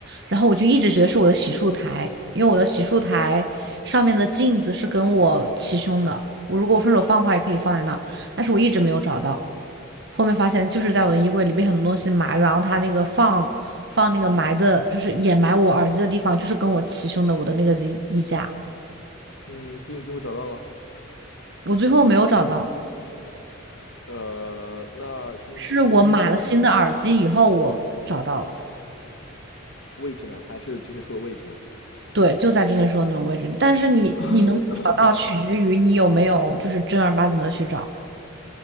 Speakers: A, on the right; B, on the left.
A: 然后我就一直觉得是我的洗漱台，因为我的洗漱台上面的镜子是跟我齐胸的，我如果我顺手放的话也可以放在那儿，但是我一直没有找到，后面发现就是在我的衣柜里被很多东西埋，然后他那个放放那个埋的，就是掩埋我耳机的地方，就是跟我齐胸的我的那个衣衣架，
B: 嗯，所以你最后找到了，
A: 我最后没有找到。
B: 呃，那说明它不是很准。
A: 是我买了新的耳机以后，我找到了，
B: 位置呢？还是之前说的位置吗？
A: 对，就在之前说的那种位置。但是你你能不能找到，
B: <coughs>
A: 取决于你有没有就是正儿八经的去找。